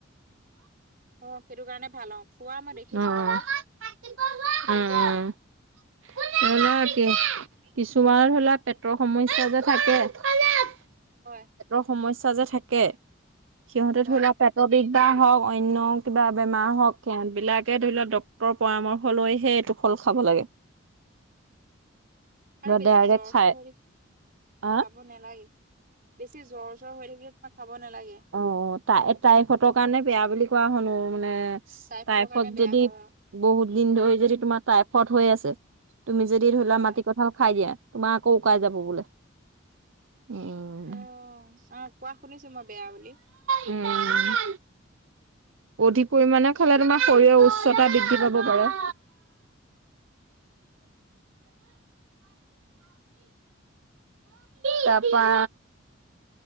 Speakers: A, on the right (about 45°); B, on the right (about 75°).
A: অ' সেইটো কাৰণে ভাল অ'। খোৱা মই দেখিছো
B: অ',
A: বাৰু
B: অ', <inaudible> কিছুমানত ধৰি লোৱা পেটৰ সমস্যা যে থাকে।
A: হয়।
B: পেটৰ সমস্যা যে থাকে, সিহঁতে
A: হয়
B: ধৰি লোৱা পেট <unintelligible> হওঁক অন্য কিবা বেমাৰ হওঁক। সেহত বিলাকে ধৰি লওঁক ডক্তৰৰ পৰামৰ্শ লৈহে এইটো ফল খাব লাগে।
A: আৰু বেছি
B: ডাইৰেক্ট
A: জ্বৰ
B: খাই
A: চৰ <unintelligible>
B: আহ
A: নালাগে, বেছি জ্বৰ চৰ হৈ থাকিলে তোমাক খাব নালাগে।
B: অ' তাই তাই পেটৰ কাৰণে বেয়া বুলি কোৱা শুনো মানে
A: টাইফডৰ
B: টাইফড
A: কাৰণে বেয়া
B: যদি,
A: হয়
B: বহুত দিন ধৰি
A: অ'।
B: যদি তোমাৰ টাইফড হৈ আছে তুমি যদি ধৰি লোৱা
A: হয়
B: মাটি কঁঠাল খাই দিয়া তোমাৰ আকৌ উকাই যাব বোলে। উম।
A: অ' চা কোৱা শুনিছোঁ মই বেয়া বুলি।
B: উম অধিক পৰিমানে খালে তোমাৰ শৰীৰৰ উচ্চতা বৃদ্ধি পাব পাৰে। অ'। তাৰ পৰা